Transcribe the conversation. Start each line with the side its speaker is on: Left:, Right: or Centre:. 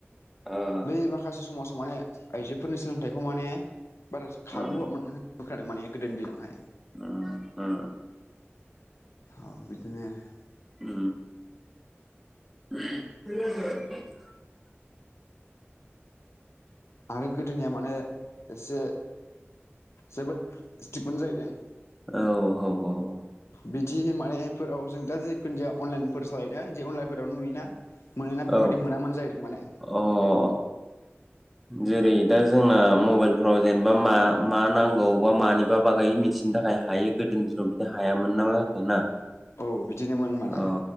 Centre: ओ
Left: बे माखासे समाव माने आइजोफोरनि सोलोंथाइखौ माने बारा खाबु
Centre: उम
Left: होयामोन। <unintelligible> माने गोदो दिनाव हाय।
Centre: ओ ओ।
Left: औ बिदिनो आरो।
Centre: उम <unintelligible>
Left: आरो गोदो निया माने एसे जोबोद स्ट्रिक मोन जाहैदों।
Centre: औ औ औ।
Left: बिदि माने फोराव जों दा जिखुनु जाया अनलाइन फोर सालायो ना इदि अनलाइनवफोरावनो नुयोना। मोनोना बेफोर
Centre: औ
Left: बायदि मोनामोन जाहैदों मानेड।
Centre: औ अ जेरै दा जोंना मबाइल फ्राव जेनेबा मा मा नांगौ बा मानिबा बागै मिथिनो थाखाय हायो गोदोनि दिनाव बिदि हाया मोनना मा जाखो ना?
Left: औ बिदिनो मोन माने।
Centre: औ